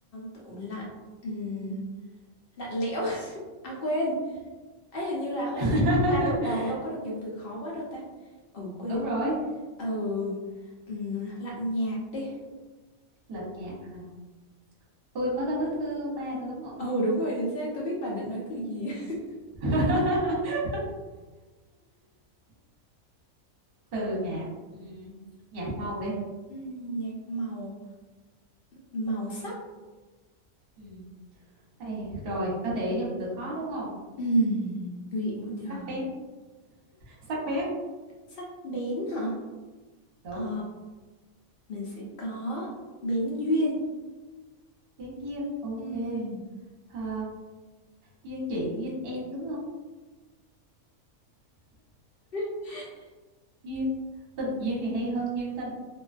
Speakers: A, on the left (about 60°); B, on the right (about 45°).
A: tủ lạnh, Ừm, lạnh lẽo. <laughs> À quên, ấy hình như là không,
B: <laughs>
A: ba lượt đầu đâu có được dùng từ khó quá đâu ta. Ừ quên,
B: đúng rồi
A: ừ, Ừm, lạnh nhạt đi.
B: lạnh nhạt hả tôi mới có bước thứ ba thôi đúng không
A: Ừ đúng rồi, chính xác, tôi biết bà định nói từ gì. <laughs>
B: <laughs> từ nhạt ừ. nhạt màu đi
A: Ừm, nhạt màu, màu sắc.
B: ừ. Hay, rồi có thể dùng từ khó đúng không
A: Ừm, nguy hiểm quá trời.
B: sắc bén sắc bén
A: Sắc bén hả?
B: đúng
A: Ờ, mình sẽ có bén duyên.
B: bén duyên ok
A: Ừm.
B: à, duyên chị duyên em đúng không
A: <laughs>
B: duyên tình duyên thì hay hơn duyên tình